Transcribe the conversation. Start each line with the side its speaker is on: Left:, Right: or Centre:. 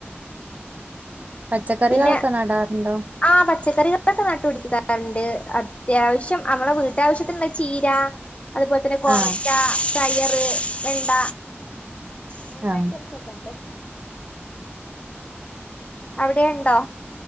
Right: പച്ചക്കറികളൊക്കെ
Left: പിന്നെ
Right: നടാറുണ്ടോ
Left: ആ പച്ചക്കറികളൊക്കെ നട്ട് പിടിക്കാറുണ്ട് അ അത്യാവശ്യം നമ്മളെ വീട്ടാവശ്യത്തിനുള്ള ചീര അതുപോലെ തന്നെ കൊഴച്ച
Right: ആഹ്
Left: തയറ് വെണ്ട അങ്ങനത്തെ
Right: ആഹ്
Left: ക്കംസ് ഒക്കെ ഉണ്ട് അവിടെ ഉണ്ടോ